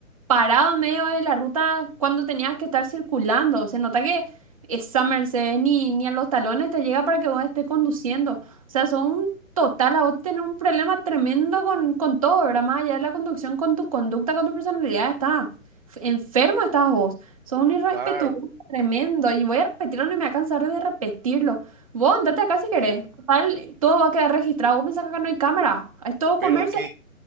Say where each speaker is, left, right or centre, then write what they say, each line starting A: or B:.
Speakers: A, on the right; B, on the right.
A: parado en medio de la ruta cuando tenías que estar circulando. Se nota que esa Mercedes ni, ni a los talones te llega para que vos estés conduciendo. O sea, son un total, a vos tenés un problema tremendo con, con todo, ¿verdad? Más allá de la conducción, con tu conducta, con tu personalidad, estás f- enfermo, estás vos. Sos un irrespetuoso
B: Claro.
A: tremendo. Y voy a repetirlo, no me voy a cansar de repetirlo. Vos andate acá si querés.
B: Eh,
A: Total, todo va a quedar registrado. Vos pensás que acá no hay cámara. Es todo
B: pero
A: comercio.
B: qué